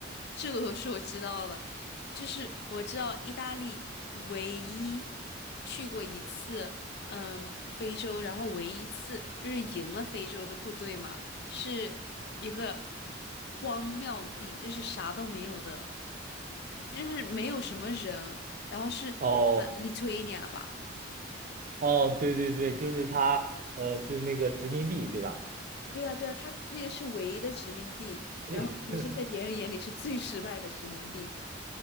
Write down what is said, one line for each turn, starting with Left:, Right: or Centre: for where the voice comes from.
Left: 这个是我知道了，就是我知道意大利唯一去过一次，嗯，非洲，然后唯一一次就是赢了非洲的部队嘛，是一个荒谬的地，就是啥都没有的，嗯就是没有什么人，然后是呃利托尼亚吧。
Right: 哦。哦，对对对，就是他，呃，就那个殖民地，对吧？
Left: 对啊，对啊，他那个是唯一的殖民地，
Right: <laughs>
Left: 然后其实，在别人眼里是最失败的殖民地。